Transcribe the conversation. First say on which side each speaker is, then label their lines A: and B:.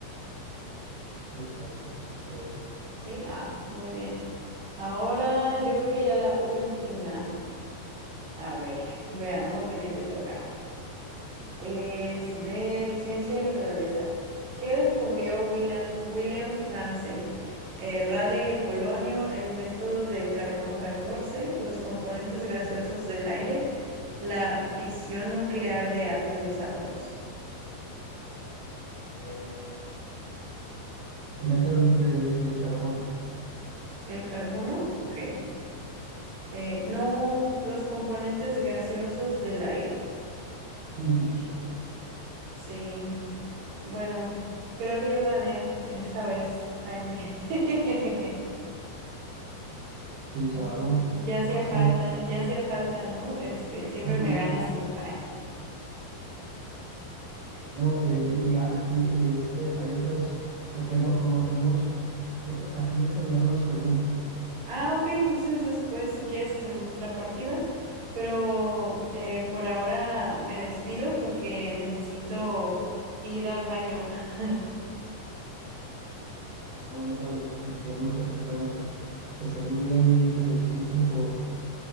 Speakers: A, on the right; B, on the right.
A: Sí, está- son tres.
B: Sí, ah, muy bien. Ahora yo creo que ya la última. A ver, veamos de qué te toca. Es de Ciencia y Naturaleza. ¿Qué descubrió William, William Ramsay? El radio y el polonio, el método del carbono 14, los componentes gaseosos del aire, la fisión nuclear de, a- de los átomos.
A: Eh, el método de- del carbono.
B: ¿El carbono? Ok. Eh, no, los componentes gaseosos del aire.
A: Mm, No sabía.
B: Sí. Bueno, creo que yo gané esta vez, Jaime. <laughs>
A: Sí, claro.
B: Ujú. Ya hacía
A: Fácil.
B: falta, ya hacía falta, ¿no? Este, siempre
A: <laughs>
B: me ganas tú. <laughs>
A: Bueno, eh, y a- aquí eh, este, hay otras, porque no, como tenemos, porque aquí ya se terminaron las preguntas.
B: Ah, ok, entonces después, si quieres, hacemos otra partida, pero eh, por ahora me despido porque necesito ir al baño. <laughs>
A: Ah, bueno,
B: Ok.
A: Claudia, te entiendo perfectamente. Que estés muy bien y te felicito por